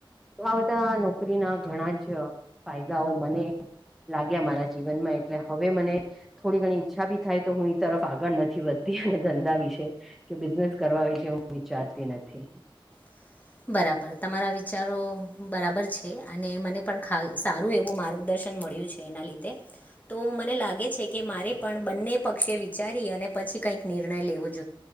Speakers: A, in the centre; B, on the left.
A: તો આ બધા નોકરી ના ઘણા જ ફાયદાઓ મને લાગ્યા મારા જીવન માં એટલે હવે મને થોડી ઘણી ઈચ્છા બી થાય તો હું એ તરફ આગળ નથી વધતી અને ધંધા વિશે કે બિઝનેસ કરવા વિશે હું વિચારતી નથી.
B: <inaudible> બરાબર તમારા વિચારો બરાબર છે અને મને પણ સારું એવું માર્ગદર્શન. મળ્યું છે એના લીધે. તો મને લાગે છે કે મારે પણ બંને પક્ષે વિચારી અને પછી કઈક નિર્ણય લેવો જોઈએ.